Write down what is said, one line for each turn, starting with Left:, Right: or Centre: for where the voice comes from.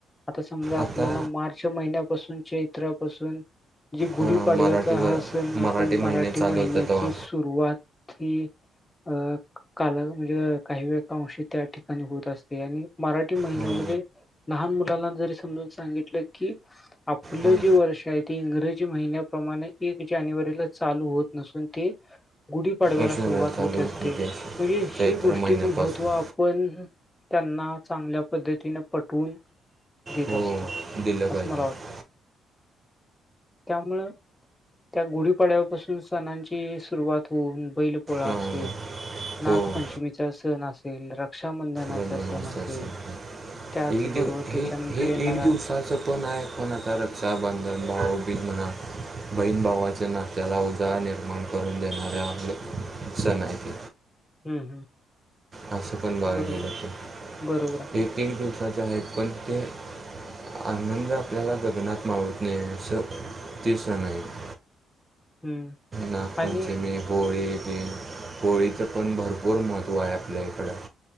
Left: आता समजा आपल्याला
Right: आता
Left: मार्च महिन्यापासून चैत्रापासून, जे गुढीपाडव्याचा
Right: हां मराठीवर
Left: हा सण आपण मराठी
Right: महिने चालू
Left: महिन्याची
Right: होते तेव्हा
Left: सुरुवात ही, अ क काल म्हणजे काही वेळकांशी त्या ठिकाणी होत असते आणि मराठी महिना
Right: हो
Left: म्हणजे, लहान मुलांना जरी समजावून सांगितलं की, आपलं
Right: हां
Left: जे वर्ष आहे ते इंग्रजी महिन्याप्रमाणे एक जानेवारीला चालू होत नसून ते, गुढीपाडवायाला
Right: उशिरा
Left: सुरुवात
Right: चालू
Left: होतं
Right: होते
Left: असते
Right: असे
Left: म्हणजे हे
Right: चैत्र
Left: गोष्टीचं
Right: महिन्यापासून
Left: महत्व आ पण त्यांना चांगल्या पद्धतीनं पटवून, देत
Right: हो
Left: असतो
Right: दिलं
Left: असं
Right: पाहिजे
Left: मला वाटतंय. त्यामुळं त्या गुढीपाडव्यापासून सणांची, सुरुवात होऊन बैल पोळा
Right: हां
Left: असेल नागपंचमीचा
Right: हो
Left: सण असेल, रक्षाबंधनाचा
Right: माणसासाठी
Left: सण असेल, त्याचबरोबर
Right: एक दिव हे
Left: त्याच्यानंतर
Right: हे
Left: येणारा
Right: एक दिवसाचं पण आहे, पण आता रक्षाबंधन भाऊबीज म्हणा बहीण भावाच्या नात्याला उजाळा निर्माण करून देणार आपलं सण हायत.
Left: हम्म.
Right: असं पण बघायला
Left: बरोबर
Right: गेलं तर,
Left: आहे बरोबर
Right: ते दिड दिवसाचे आहेत पण ते आनंद आपल्याला गगनात मावत नाही असं, ते सण हायत.
Left: आहे हम्म
Right: नागपंचमी
Left: आणि
Right: होळी ते, होळीचं पण भरपूर महत्त्व आय आपल्या इकडं.